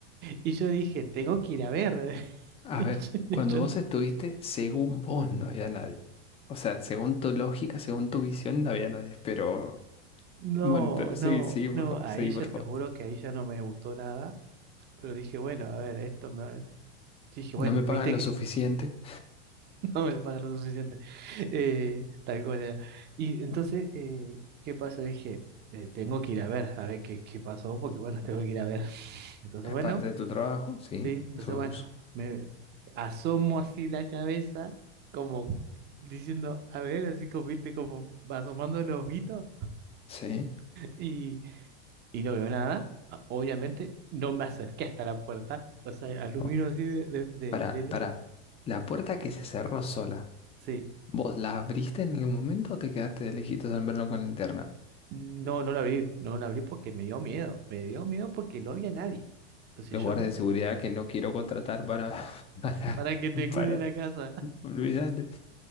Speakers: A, on the right; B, on the left.
A: Y yo dije, tengo que ir a ver.
B: A
A: <laughs>
B: ver,
A: Y
B: cuando
A: yo,
B: vos estuviste, según vos no había nadie. O sea, según tu lógica, según tu visión, no había nadie. Pero
A: No,
B: bueno, te-
A: no,
B: seguí, seguí, por
A: no,
B: favor,
A: ahí
B: seguí,
A: ya
B: por
A: te
B: favor.
A: juro que ahí ya no me gustó nada, pero dije, bueno, a ver, esto me... Dije, bueno,
B: No me
A: viste
B: pagan lo
A: que
B: suficiente.
A: <laughs> no me pagan lo suficiente, eh, tal cual era. Y entonces, eh, ¿qué pasó? Dije, eh, tengo que ir a ver, a ver qué, qué pasó, porque bueno, tengo que ir a ver. <laughs> Entonces,
B: Es
A: bueno,
B: parte de tu trabajo, sí.
A: sí, entonces,
B: Eso
A: bueno,
B: es-
A: me asomo así la cabeza, como diciendo, a ver, así como, viste, como asomando los ojitos,
B: Sí.
A: y y no veo nada. a- Obviamente, no me acerqué hasta la puerta. O sea, aluminio
B: Oh,
A: así de, de, de-
B: Pará,
A: dele.
B: pará. La puerta que se cerró sola,
A: Sí.
B: ¿vos la abriste en algún momento o te quedaste de lejitos en verlo con la linterna?
A: No, no la abrí. No la abrí porque me dio miedo. Me dio miedo porque no había nadie. Entonces
B: los guardias
A: yo,
B: de seguridad que no quiero contratar para, <laughs> para,
A: para que te cuide
B: para,
A: la casa. <laughs>
B: olvídate.